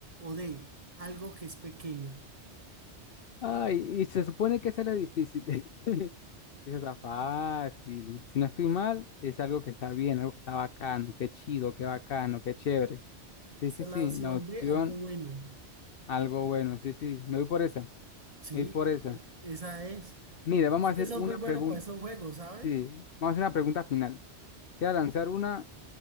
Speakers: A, on the right; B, on the left.
A: O D, algo que es pequeño.
B: Ay, y se supone que esa es la difícil. <laughs> Eso está fácil. Si no estoy mal, es algo que está bien, algo que está bacano, qué chido, qué bacano, qué chévere. Sí,
A: Esa
B: sí,
A: es
B: sí,
A: la opción
B: la opción,
A: B, algo bueno.
B: algo bueno. Sí, sí, me voy por esa,
A: Sí,
B: me voy por esa.
A: e- esa es.
B: Mira, vamos
A: Ya
B: a hacer
A: que son
B: una
A: muy buenos
B: pregunta,
A: para esos juegos, ¿sabes?
B: sí, vamos a hacer una pregunta final. Te voy a lanzar una